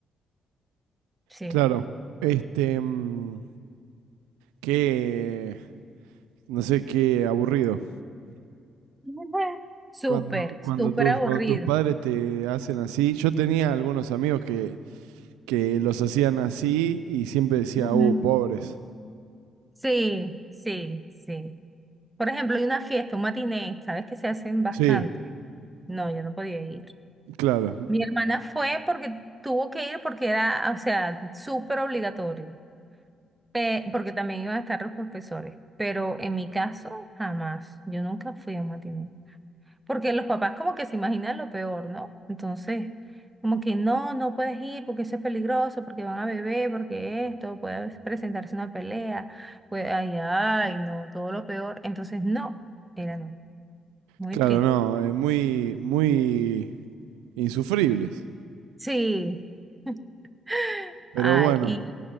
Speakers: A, on the right; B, on the right.
A: sí.
B: Claro. Este, mm, qué, no sé, qué aburrido.
A: <laughs> Súper,
B: Cuando, cuando
A: súper
B: tus,
A: aburrido.
B: cuando tus padres te hacen así, yo tenía algunos amigos que que los hacían así y siempre decía,
A: Ujú.
B: uh, pobres.
A: Sí, sí, sí. Por ejemplo, hay una fiesta, un matiné, ¿sabes? Que se hacen bastante.
B: Sí,
A: No, yo no podía ir.
B: claro,
A: Mi hermana fue porque tuvo que ir porque era, o sea, súper obligatorio, Pe- porque también iban a estar los profesores, pero en mi caso, jamás. Yo nunca fui a un matiné. Porque los papás como que se imaginan lo peor, ¿no? Entonces, como que no, no puedes ir porque eso es peligroso, porque van a beber, porque esto, puede presentarse una pelea, pues, ay, ay, no, todo lo peor. Entonces, no, era no, muy
B: claro,
A: triste.
B: no, eh, muy, muy insufribles.
A: Sí, <laughs>
B: Pero
A: ay,
B: bueno,
A: y